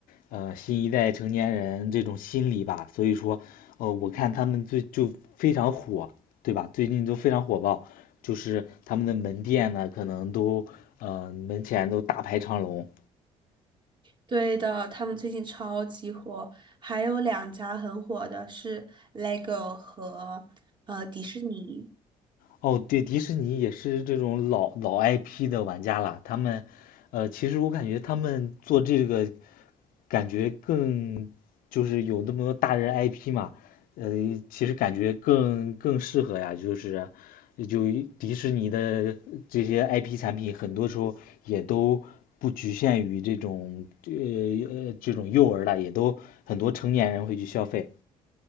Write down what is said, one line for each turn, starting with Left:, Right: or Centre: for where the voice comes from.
Left: 呃，新一代成年人这种心理吧，所以说，呃，我看他们最就非常火，对吧？最近都非常火爆，就是他们的门店呢，可能都，呃，门前都大排长龙。
Right: 对的，他们最近超级火，还有两家很火的是 LEGO 和呃迪士尼。
Left: 哦，对，迪士尼也是这种老老 IP 的玩家了。他们，呃，其实我感觉他们做这个，感觉更就是有那么多大人 IP 嘛，呃，其实感觉更更适合呀。就是就迪士尼的这些 IP 产品，很多时候也都不局限于这种呃呃这种幼儿了，也都很多成年人会去消费。